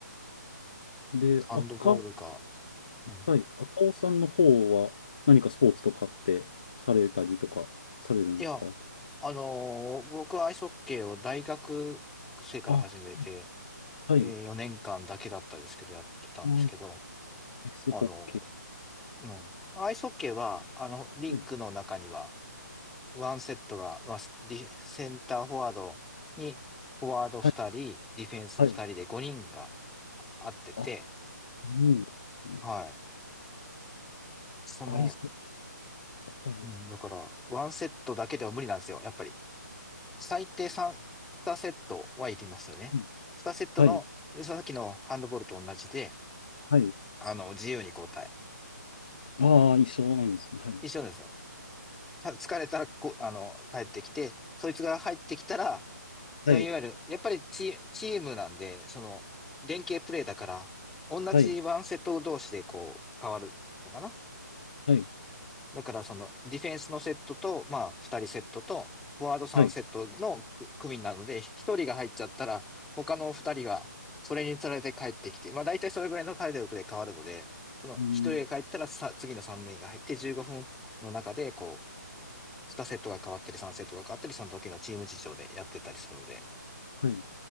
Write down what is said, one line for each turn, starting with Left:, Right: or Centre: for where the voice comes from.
Left: で、
Centre: サンドボールか。
Left: 赤、あ
Centre: うん
Left: はい、赤尾さんの方は何かスポーツとかってされたりとかされるんですか
Centre: いや、あのー僕はアイスホッケーを大学生から始めて、
Left: あ、はい、はい、
Centre: えー4年間だけだったですけど、やってたんですけど、
Left: あアイスホッケー。
Centre: あのーうん。アイスホッケーは、あの、リンクの中には、
Left: はい、
Centre: ワンセットが、まあ、ディセンターフォワードに、フォワード2人、
Left: はい、
Centre: ディフェンス2人で5人が
Left: はい。
Centre: 合ってて、
Left: あ、いいんですね
Centre: はい。その、
Left: アイス、はい。
Centre: うん、だから、ワンセットだけでは無理なんですよ、やっぱり。最低3、2セットは行きますよね。
Left: うん
Centre: 2セットの、
Left: はい。
Centre: さっきのハンドボールと同じで、
Left: はい。
Centre: あの、自由に交代。
Left: ああ、いそうなんですね。はい。
Centre: 一緒ですよ。か疲れたらこ、あの、帰ってきて、そいつが入ってきたら、そういわゆる、
Left: はい。
Centre: やっぱりチ、チームなんで、その、連携プレーだから、同じワンセット同士でこう、
Left: はい。
Centre: 変わるのかな
Left: はい。
Centre: だからそのディフェンスのセットと、まあ2人セットと、フォワード3セットのく組なので、
Left: はい。
Centre: 1人が入っちゃったら、他の2人がそれにつられて帰ってきて、まあ大体それぐらいの体力で変わるので、その1人が帰ったらさ、
Left: うん。
Centre: 次の3人が入って15分の中で、こう、2セットが変わったり3セットが変わったり、その時のチーム事情でやってたりするので、
Left: はい。